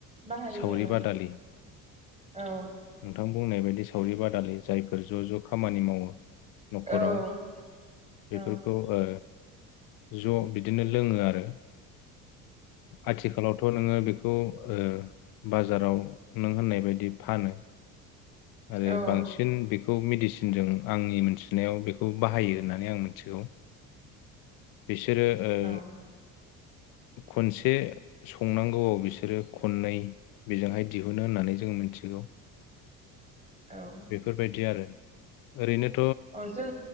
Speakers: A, on the right (about 20°); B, on the left (about 65°).
A: बाहायो
B: सावरि
A: औ।
B: बादालि
A: औ
B: नोंथां बुंनाय बायदि सावरि बादालि जायफोर ज ज खामानि मावो। नखराव
A: औ
B: बेफोरखौ
A: औ
B: ओ ज‌' बिदिनो लोङो आरो आथिखालावथ' नोङो बे खौ ओ बाजाराव नों होननाय बायदि फानो। आरो
A: औ
B: बांसिन बे खौ मेडिसिनजों आंनि मिथिनायाव बेखौ बाहायो होननानै आं मिथिगौ। बिसोरो ओ
A: औ
B: खनसे संनांगौआव बिसोरो खननै बेजोंहाय दिहुनो होननानै जों मोनथिगौ।
A: औ
B: बेफोरबायदि आरो ओरैनो
A: अ जों